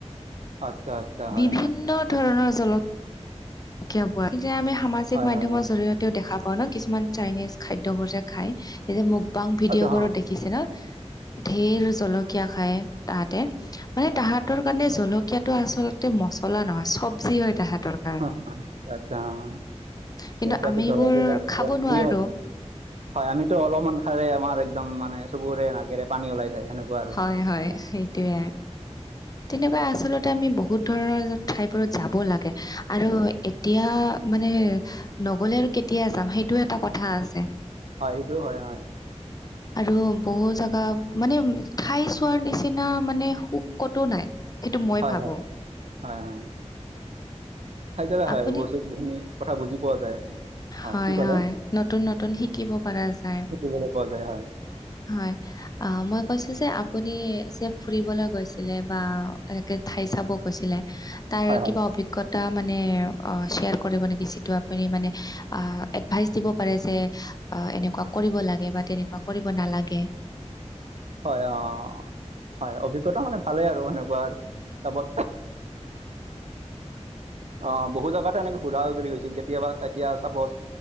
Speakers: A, on the right; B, on the left.
A: আচ্ছা - আচ্ছা, হয়
B: বিভিন্ন
A: - হয়।
B: ধৰণৰ জলত <unintelligible> আমি সামাজিক
A: হয়
B: মাধ্যমৰ
A: হয় হয়
B: জৰিয়তেও দেখা পাওঁ ন কিছুমান চাইনিজ খাদ্যবোৰ যে খাই এই যে মোক বাং ভিডিঅ'
A: আচ্ছা
B: বোৰত দেখিছে ন। ধেৰ জলকীয়া খায় তাহাঁতে মানে তাহাঁতৰ কাৰণে জলকীয়াত ত আচলতে মছলা নহয় চবজি হয় তাহাঁতৰ। কাৰণে
A: অহ, অহ, আচ্ছা অহ,
B: কিন্তু
A: ইয়াতে
B: আমিবোৰ
A: আকৌ জলা কেইটা <unintelligible>
B: খাব নোৱাৰো
A: হয় আমিতো অলপমান খালে আমাৰ একদম মানে চকুৰে নাকেৰে পানী ওলাই যায় সেনেকুৱা। আৰু
B: হয়-হয়
A: হয়
B: সেইটোৱে। তেনেকুৱা আচলতে আমি বহুত ধৰণৰ ঠাইবোৰত যাব লাগে আৰু এতিয়া মানে নগলে আৰু কেতিয়া যাম সেইটো এটা কথা আছে।
A: হয় সেইটোও হয় হয়
B: আৰু বহু জাগা মানে ঠাই চোৱাৰ নিচিনা মানে সুখ কতো নাই। সেইটো মই
A: হয়-হয়-হয়-হয়
B: ভাবো
A: খাই যা হয়
B: আপুনি
A: <unintelligible> কথা বুজি পোৱা যায় আৰু। হয়
B: হয়-হয়,
A: কি ক'লে
B: নতুন-নতুন শিকিব পাৰা য যায়
A: শিকিবলৈ পোৱা যায় হয়
B: হয় আহ, মই কৈছোঁ যে আপুনি যে ফুৰিবলৈ গৈছিলে বা এনেকে ঠাই চাব গৈছিলে। তাৰ
A: হয় হয়
B: কিবা অভিজ্ঞতা মানে অ, শ্বেয়াৰ কৰিব নেকি যিটো আপুনি মানে আহ, এডভাইচ দিব পাৰে যে এনেকুৱা কৰিব লাগে বা তেনেকুৱা কৰিব নালাগে।
A: হয় অ, হয় অভিজ্ঞতা মানে ভালে আৰু সেনেকুৱা আৰু চাব অ, বহু জাগাত এনেকে ঘুৰা ঘুৰি হৈছিল কেতিয়াবা এতিয়া চাপজ